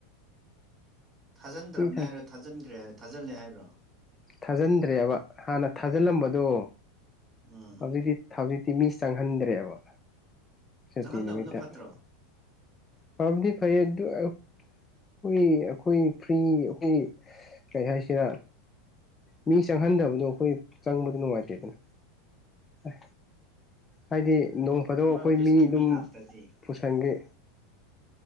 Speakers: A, on the right; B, on the left.
A: ꯊꯥꯖꯟꯗ꯭ꯔꯕꯅꯦ
B: ꯃꯤ
A: ꯍꯥꯏꯔꯣ ꯊꯥꯖꯤꯟꯒ꯭ꯔꯦ ꯍꯥꯏ ꯊꯥꯖꯜꯂꯦ ꯍꯥꯏꯔꯣ
B: ꯊꯥꯖꯟꯗ꯭ꯔꯦ ꯍꯥꯏꯕ ꯍꯥꯟꯅ ꯊꯥꯖꯜꯂꯝꯕꯗꯣ
A: ꯎꯝ
B: ꯍꯧꯖꯤꯛꯇꯤ ꯍꯧꯖꯤꯛꯇꯤ ꯃꯤ ꯆꯪꯍꯟꯗ꯭ꯔꯦꯕ ꯁꯨꯇꯤ
A: ꯆꯪꯍꯟꯗꯕꯅ
B: ꯅꯨꯃꯤꯠꯇ
A: ꯐꯠꯇ꯭ꯔꯣ
B: ꯐꯕꯗꯤ ꯐꯩꯌꯦ ꯑꯗꯨ ꯑꯣꯢꯔ ꯑꯩꯈꯣꯏ ꯑꯩꯈꯣꯏ ꯐ꯭ꯔꯤ ꯑꯩꯈꯣꯏꯒꯤ ꯀꯔꯤ ꯍꯥꯏꯁꯤꯔꯥ ꯃꯤ ꯆꯪꯍꯟꯗꯕꯗꯣ ꯑꯈꯣꯏ ꯆꯪꯕꯗꯨ ꯅꯨꯡꯉꯥꯏꯇꯦꯗꯅ ꯑꯥꯏ ꯍꯥꯏꯗꯤ ꯅꯣꯡ ꯐꯥꯗꯣꯛ
A: ꯃꯣꯏ
B: ꯑꯈꯣꯏ
A: ꯑꯣꯐꯤꯁꯀꯤ
B: ꯃꯤ ꯑꯗꯨꯝ
A: ꯂꯥꯛꯇ꯭ꯔꯗꯤ
B: ꯄꯨꯁꯟꯒꯤ